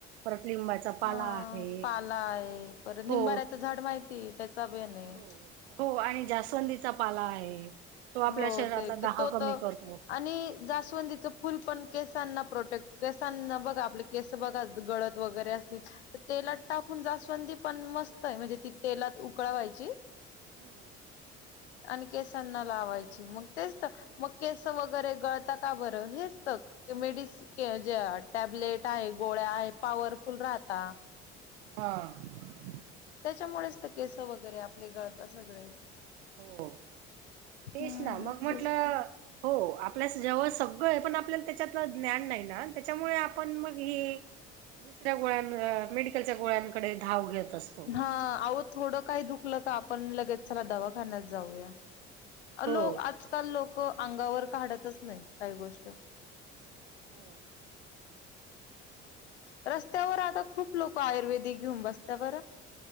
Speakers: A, on the right; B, on the left.
A: परत लिंबाचा पाला
B: अ
A: आहे.
B: पाला आहे परत निंबाऱ्याचं
A: हो
B: झाड माहिती त्याचा बेन आहे
A: हो हो आणि जास्वंदीचा पाला आहे. तो आपल्या
B: हो
A: शरीरातला
B: ते
A: दाह
B: तो
A: कमी
B: तर
A: करतो.
B: आणि जास्वंदीच फुल पण केस प्रोटेक्ट केसांना बघा आप केस बघा गळत वगैरे असतील तेलात टाकून जास्वंदी पण मस्त आहे म्हणजे ती तेलात उकळवायची.
A: हम् हम्
B: आणि केसांना व लावायचे मग तेच तर केस वगैरे गळतात का बरं हेच तर म्हणजे मेडिसिन टॅबलेट आहे गोळ्या आहे पॉवरफुल राहता.
A: हां
B: त्याच्यामुळेच तर केस वगैरे आपले गळतात सगळे.
A: हो
B: हम्म
A: तेच ना मग म्हटलं
B: तेच
A: हो आपल्यास जेव्हा सगळं पण आपल्या त्याच्यातलं ज्ञान नाही ना त्याच्यामुळे आपण मग हे दुसऱ्या गोळ्यां मेडिकलच्या गोळ्यांकडे धाव घेत असतो
B: हा आहो थोडं काही दुखलं का आपण लगेच चला दवाखान्यात जाऊया. अ
A: हो.
B: लो आजकाल लोकं अंगावर काढतच नाही काही गोष्टी ‌
A: हो
B: रस्त्यावर आता खूप लोक आयुर्वेदिक घेऊन बसत्या बरं.